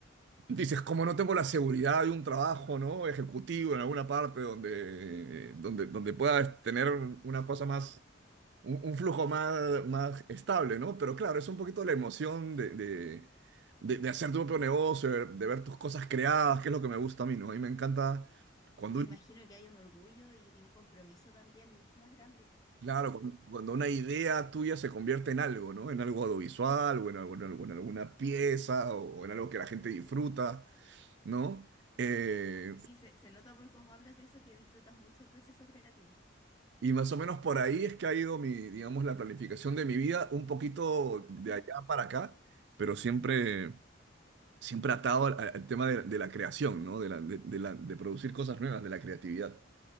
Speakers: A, on the right; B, on the left.
A: dices, como no tengo la seguridad de un trabajo, ¿no? Ejecutivo en alguna parte donde, donde, donde puedas tener una cosa más, un, un flujo más, más estable, ¿no? Pero claro, es un poquito la emoción de, de, de- de hacer tu propio negocio, de, de ver tus cosas creadas, que es lo que me gusta a mí, ¿no? A mí me encanta cuando
B: Me imagino que hay un orgullo y, y un compromiso también mucho más grande.
A: Claro,
B: Sí,
A: cuando
B: po.
A: cuando una idea tuya se convierte en algo, ¿no? En algo audiovisual o en, algo- en algo- en alguna pieza o, o en algo que la gente disfruta, ¿no? Eh,
B: Sí, se, se nota por cómo hablas de eso que disfrutas mucho el proceso creativo.
A: y más o menos por ahí es que ha ido mi, digamos, la planificación de mi vida, un poquito de
B: Ujú.
A: allá para acá, pero siempre, siempre atado al, al tema de, de la creación, ¿no? De, la, de, de la- de producir cosas nuevas, de la creatividad.